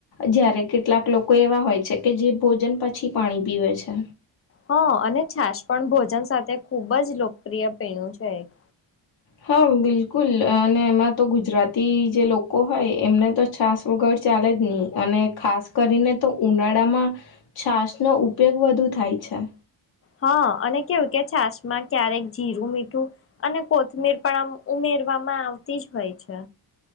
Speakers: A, on the left; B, on the left.
A: જયારે કેટલાક લોકો એવા હોય છે કે જે ભોજન પછી પાણી પીવે છે
B: હા અને છાશ પણ ભોજન સાથે ખૂબ જ લોકપ્રિય પીણું છે એક
A: હા બિલકુલ અને એમાં તો ગુજરાતી જે લોકો હોય એમને તો છાસ વગડ ચાલે જ નહી અને ખાસ કરીને તો ઉનાળામાં છાસ નો ઉપયોગ વધુ થાય અચછા
B: હા અને કેવું કે છાસ માં ક્યારેક જીરું મીઠું અને કોથમીર પણ આમ ઉમે ફવામાં આવતી જ હોય છે